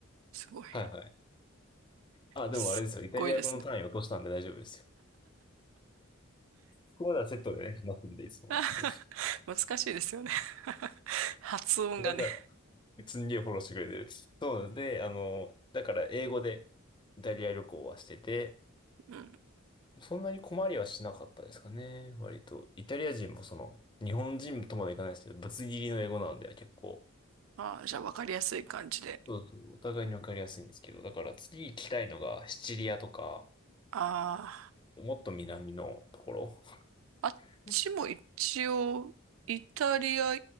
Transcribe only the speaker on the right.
すごい。
すっごいですね。
<laughs>
難しいですよね <laughs> 発音がね。
うん。
ああ、じゃあ分かりやすい感じで。
あ
あ、あっちも一応、
イタリア